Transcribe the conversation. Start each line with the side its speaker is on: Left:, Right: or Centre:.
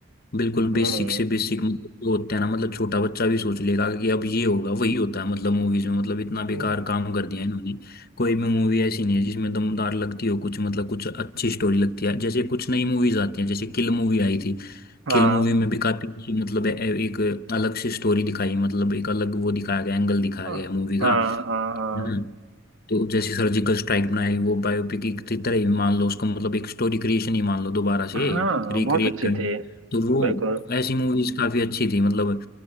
Left: बिल्कुल बेसिक
Right: हम्म
Left: से बेसिक मतलब जो होते हैं ना मतलब छोटा बच्चा भी सोच लेगा कि अब ये होगा वही होता है मतलब मूवीज में मतलब इतना बेकार
Right: हम्म।
Left: काम कर दिया इन्होंने कोई भी मूवी ऐसी नहीं है जिसमें दमदार लगती हो कुछ मतलब कुछ अच्छी स्टोरी लगती है जैसे कुछ नई मूवीज आती हैं जैसे किल मूवी आई थी
Right: हाँ
Left: किल मूवी में भी काफी अच्छी मतलब ए- एक अलग से स्टोरी दिखाई मतलब एक अलग वो दिखाया गया एंगल दिखाया
Right: हाँ
Left: गया मूवी का
Right: हाँ हाँ हाँ
Left: हम्म। तो जैसे सर्जिकल स्ट्राइक बनाई वो बायोपिक की तरह ही मान लो उसको मतलब एक स्टोरी क्रिएशन ही मान लो दोबारा से
Right: हाँ,
Left: रिक्रिएट
Right: बहुत अच्छी
Left: करनी
Right: थी
Left: तो वो
Right: बिल्कुल
Left: ऐसी मूवीज काफी अच्छी थी मतलब